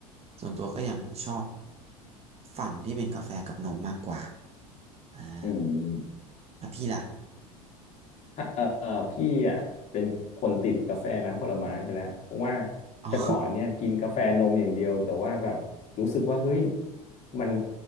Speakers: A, on the right (about 30°); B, on the left (about 35°).
A: ส่วนตัวก็ยังชอบฝั่งที่เป็นกาแฟกับนมมากกว่าอ่า
B: อืม
A: แล้วพี่ล่ะ
B: ถ้าเออเอ่อพี่อ่ะเป็นคนติดกาแฟน้ำผลไม้ไปแล้วเพราะว่า
A: อ๋อ
B: แต่ก่อนเนี่ยกินกาแฟนมอย่างเดียวแต่ว่าแบบรู้สึกว่าเฮ้ยมัน